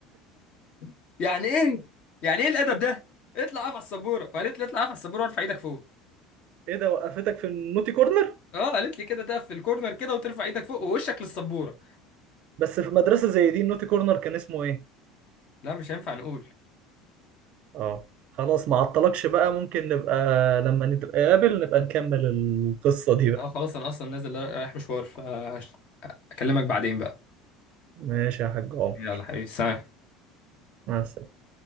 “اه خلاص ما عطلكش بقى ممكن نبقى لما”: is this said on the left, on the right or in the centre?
Right